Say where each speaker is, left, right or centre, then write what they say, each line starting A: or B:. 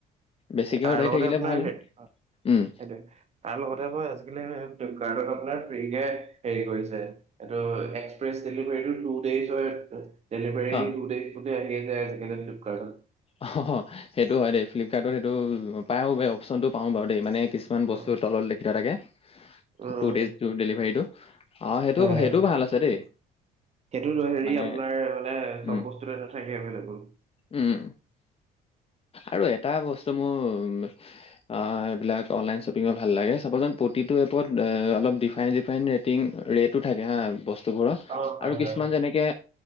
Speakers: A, on the left; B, on the right.
A: বেছিকে
B: তাৰ
A: সদাই
B: লগতে
A: থাকিলে
B: আপোনাৰ
A: ভাল
B: হে
A: উম,
B: সেইটোৱে তাৰ লগতে আকৌ আজিকালি <unintelligible> ফিৰিকে হেৰি কৰিছো এইটো এস্কপিয়েছ ডেলিভাৰী <unintelligible> দেলিভাৰী
A: অ'।
B: গোটেই-গোটেই আইদিয়াবলৈ ফ্লিকাৰ্ডত।
A: অ' সেইটো হয় দেই ফ্লিপকাৰ্টত সেইটো পায়ওঁ ব অপশচনতটো পাওঁ বাৰু দেই মানে কিছুমান বস্তুৰ
B: অ',
A: তলত লেখিঠোঁৱা থাকে
B: উম
A: টু ডেজ ডেলিভাৰীটো অ সেইটো
B: হয় হয়
A: সেইটোও ভাল আছে দেই
B: সেইটোতো হেৰি
A: মানে
B: আপোনাৰ মানে
A: উম,
B: চব বস্তুতে নাথাকে এভেইলেবুল।
A: উম। আৰু এটা বস্তু মোৰ এইবিলাক অনলাইন শ্বপিঙ ভাল লাগে চাবাচোন প্ৰতিটো এপত অ' অলপ ডিফাৰেন-ডিফাৰেন ৰেটিং ৰেতটো থাকে হা বস্তুবোৰত
B: অ হয়
A: আৰু
B: হয়
A: কিছুমান যেনেকে